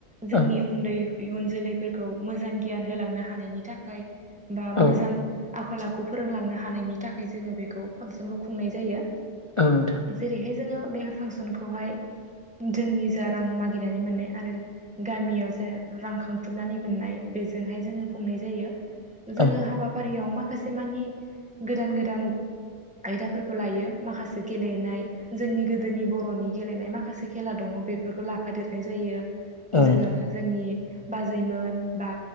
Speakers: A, in the centre; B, on the left.
A: जोंनि
B: औ
A: उन्दै इयुन जोलैफोरखौ मोजां गियान होलांनो हानायनि थाखाय बा
B: औ
A: मोजां आखल आखु फोरोंलांनो हानायनि थाखाय जोङो बेखौ फांसनखौ खुंनाय जायो।
B: औ नोंथां
A: जेरैहाय जोङो बे फांसनखौहाय जोंनि जा रां मागिनानै मोननाय आरो गामियाव जा रां खांथुमनानै मोननाय बेजोंहाय जोङो खुंनाय जायो जोङो
B: औ
A: हाबाफारियाव माख खासे मानि गोदान गोदान आयदाफोरखौ लायो माखासे गेलेनाय जोंनि गोदीनि जोंनि बर'नि गेलेनाय माखासे खेला दङ बेफोरखौ लाफादेरनाय जायो
B: औ
A: जोङो
B: नोंथां
A: जोंनि बाजैमोन बा